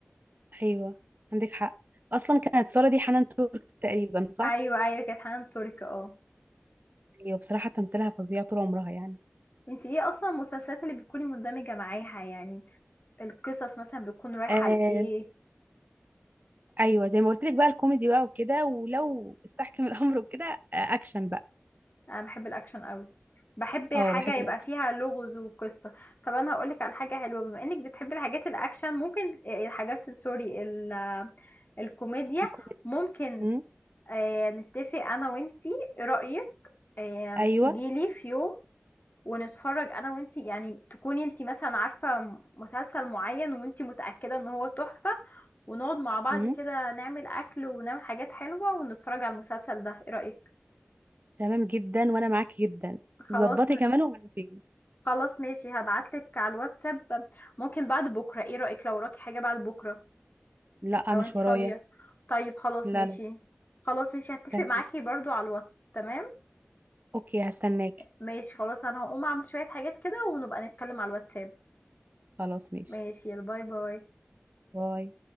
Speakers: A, on the right; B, on the left.
A: ايوه عندك حق اصلا كانت سارة دي حنان ترك تقريبا صح
B: أيوة أيوة كانت حنان ترك اه
A: ايوه بصراحة تمثيلها فظيع طول عمرها يعني
B: انت ايه اصلا المسلسلات اللي بتكوني مندمجة معاها يعني القصص مثلا بتكون رايحة
A: آه
B: لإيه
A: ايوه زي ما قلت لك بقى الكوميدي بقى وكده ولو استحكم <laughs> الامر وكده آه اكشن بقى
B: انا بحب الاكشن قوي بحب حاجه
A: اه بحب
B: يبقى
A: الاكشن
B: فيها لغز وقصه طب انا هقولك على حاجه حلوه بما انك بتحبي الحاجات الاكشن ممكن آه، الحاجات سوري ال- آه، الكوميديا
A: الكوميدي
B: ممكن
A: مم.
B: آه، نتفق انا وانتي ايه رايك آه،
A: ايوه
B: تجيلي في يوم ونتفرج انا وانتي يعني تكوني انتي مثلا عارفه مسلسل معين وانتي متاكده ان هو تحفه ونقعد مع بعض
A: مم.
B: كده نعمل اكل ونعمل حاجات حلوه ونتفرج على المسلسل ده ايه رايك
A: تمام جدا وانا معاكي جدا
B: خلاص
A: ظبطي كمان وعرفيني
B: خلاص ماشي هبعتلك على الواتساب ممكن بعد بكرة ايه رأيك لو وراكي حاجة بعد بكرة
A: لا
B: لو
A: مش
B: انتي
A: ورايا
B: فاضية طيب خلاص
A: لا
B: ماشي
A: لا
B: خلاص ماشي هتفق
A: تمام
B: معاكي برضو على الواتس تمام
A: اوكي هستناكي
B: ماشي خلاص انا هقوم اعمل شوية حاجات كده ونبقى نتكلم على الواتساب
A: خلاص ماشي
B: ماشي يلا باي باي
A: باي